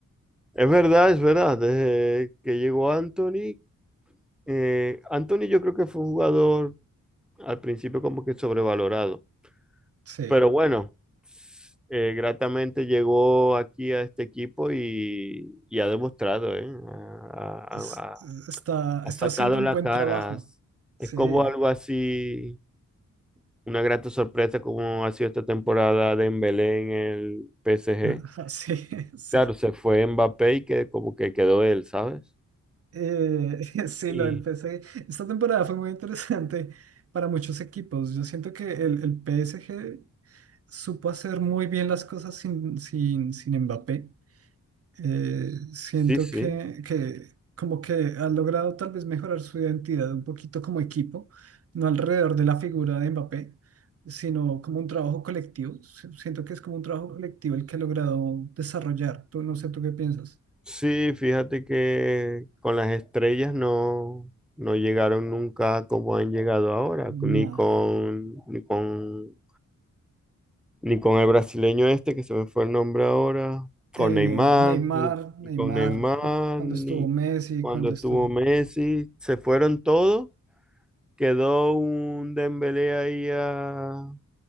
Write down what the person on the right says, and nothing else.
Sí,
es-
está,
está
haciendo un
buen
trabajo. Sí,
<laughs> sí, sí.
Eh, <laughs> sí,
lo del PSG. Esta temporada fue muy interesante para muchos equipos. Yo siento que el, el PSG supo hacer muy bien las cosas sin, sin, sin Mbappé. Eh, siento
que, que como que ha logrado tal vez mejorar su identidad un poquito como equipo, no alrededor de la figura de Mbappé, sino como un trabajo colectivo. Si- Siento que es como un trabajo colectivo el que ha logrado desarrollar. Tú, no sé, ¿tú qué piensas?
No.
Eh,
Neymar,
Neymar,
cu- cuando
estuvo Messi,
cuando
estuvo...